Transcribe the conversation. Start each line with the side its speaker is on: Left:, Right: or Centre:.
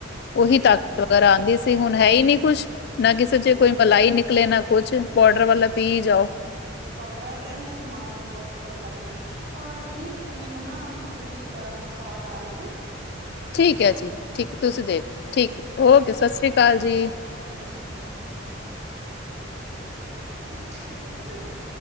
Right: ਸਹੀ
Left: ਉਹੀ, ਤਾਕਤ
Right: ਗੱਲ ਆ
Left: ਵਗੈਰਾ ਆਉਂਦੀ ਸੀ ਹੁਣ ਹੈ ਹੀ ਨਹੀਂ ਕੁਝ ਨਾ, ਕਿਸੇ ਚ
Right: ਹਾਂਜੀ
Left: ਕੋਈ ਮਲਾਈ ਨਿਕਲੇ ਨਾ ਕੁਛ ਪੋਡਰ ਵਾਲਾ ਪੀ ਜਾਓ
Right: <unintelligible> ਤਾਂ ਹੀ ਤਾਂ ਬਿਮਾਰੀਆਂ ਬਹੁਤ ਜ਼ਿਆਦਾ ਲੱਗਦੀਆਂ ਨੇ ਅਹ ਦੀਦੀ ਮੈਨੂੰ ਨਾ ਥੋੜ੍ਹੀ ਅਹ ਕਾਲ ਆ ਰਹੀ ਆ
Left: ਠੀਕ ਹੈ, ਜੀ ਠੀਕ ਤੁਸੀਂ ਦੇਖ ਠੀਕ ਓਕੇ ਸਤਿ ਸ਼੍ਰੀ ਅਕਾਲ ਜੀ
Right: ਸਤਿ ਸ਼੍ਰੀ ਅਕਾਲ ਜ।